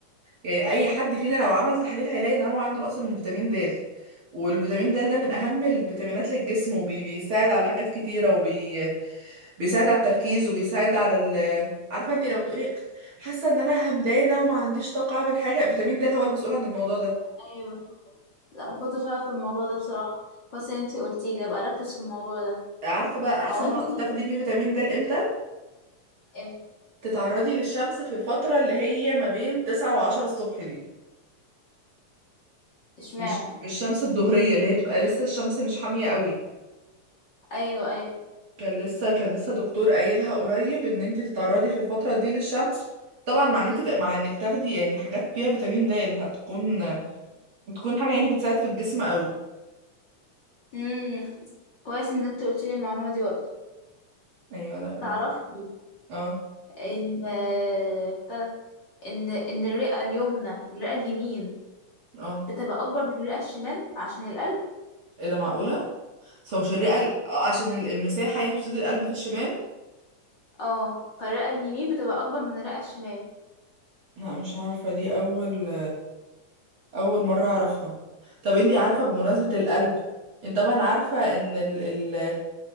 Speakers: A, on the right (about 45°); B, on the left (about 40°).
A: يعني اي حد فينا لو عمل تحليل هيلاقي ان هو عنده نقص من فيتامين د والفيتامين د ده من اهم الفيتامينات للجسم وبيساعد على حاجات كتيره وبيساعد على التركيز وبيساعد على ال... عارفه انت لما تقولي حاسه ان انا همدانه وما عنديش طاقه اعمل حاجه فيتامين د هو المسؤول عن الموضوع ده
B: ايوه لا ما كنتش اعرف الموضوع ده بصراحة كويس ان انتي قلتي لي ابقى اركز في الموضوع ده
A: عارفه بقى احسن
B: او انتي
A: وقت تاخدي بيه فيتامين د امتى
B: ام-
A: تتعرضي للشمس في الفتره اللي هي ما بين 9 و10 الصبح دي
B: اشمعنى
A: مش مش الشمس الظهريه اللي هي بتبقى لسه الشمس مش حاميه قوي
B: ايوه ايوه
A: كان لسه كان لسه دكتور قايلها قريب ان انت تتعرضي في الفتره دي للشمس طبعا مع ان انت مع انك تاخدي يعني حاجات فيها فيتامين د هتكون بتكون حاجه يعني بتساعد في الجسم قوي
B: امم كويس ان انتي قلتي لي المعلومة دي برضه
A: ايوه لا
B: تعرفي
A: اه
B: ان بتاع ده، ان ان الرئة اليمنى الرئة اليمين
A: اه
B: بتبقى اكبر من الرئة الشمال عشان القلب
A: ايه ده معقوله بس هو مش الرئه ال- آه، عشان ال- المساحه يعني تبتدي القلب في الشمال
B: اه فالرئة اليمين بتبقى اكبر من الرئة الشمال
A: لا مش عارفه دي اول اول مره اعرفها طب انت عارفه بمناسبه القلب انت طبعا عارفه ان ال... ال...